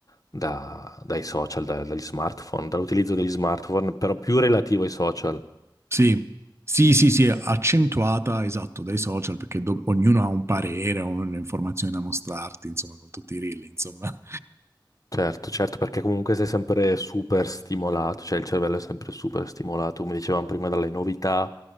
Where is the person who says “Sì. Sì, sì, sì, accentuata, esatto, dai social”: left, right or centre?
Right